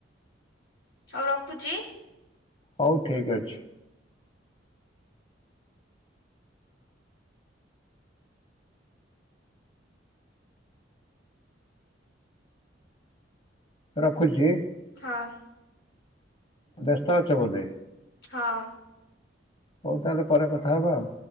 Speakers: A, on the left; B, on the left.
A: ହଉ ରଖୁଛି
B: ହଉ ଠିକ ଅଛି ରଖୁଛି
A: ହଁ
B: ବ୍ୟସ୍ତ ଅଛ ବୋଧେ
A: ହଁ
B: ହଉ ତାହେଲେ ପରେ କଥା ହବା ଆଉ